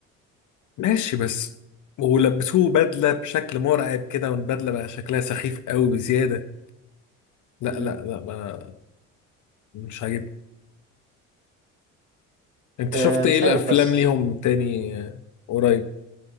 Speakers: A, on the left (about 50°); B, on the right (about 30°).
A: ماشي بس ولبسوه بدله بشكل مرعب كده والبدله بقى شكلها سخيف قوي بزياده لا
B: مم.
A: لا لا ما مش عاجبني انت
B: أه
A: شفت
B: مش
A: ايه الافلام
B: عارف بس
A: ليهم تاني
B: إمم.
A: آه، قريب